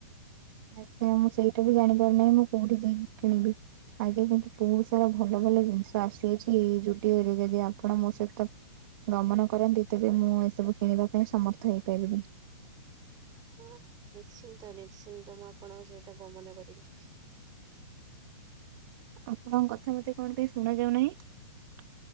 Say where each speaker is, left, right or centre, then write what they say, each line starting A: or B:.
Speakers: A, on the right; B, on the right.
A: ଆଜ୍ଞା ମୁଁ ସେଇଟା ବି ଜାଣିପାରୁ ନାହିଁ ମୁଁ କୋଉଠି ଯାଇକି କିଣିବି ଆଜ୍ଞା କିନ୍ତୁ ବହୁତ ସାରା ଭଲ ଭଲ ଜିନିଷ ଆସିଯାଇଛି ଏଇ ଜୁଡିଅରେ ଯଦି ଆପଣ ମୋ ସହିତ ଗମନ କରନ୍ତି ତେବେ ମୁଁ ଏସବୁ କିଣିବା ପାଇଁ ସମର୍ଥ ହେଇପାରିବି
B: ହୁଁ ହୁଁ ନିଶ୍ଚିନ୍ତ ନିଶ୍ଚିନ୍ତ ମୁଁ ଆପଣଙ୍କ ସହିତ ଗମନ କରିବି
A: ଆପଣଙ୍କ କଥା ମତେ କଣ ପାଇଁ ଶୁଣା ଯାଉ ନାହିଁ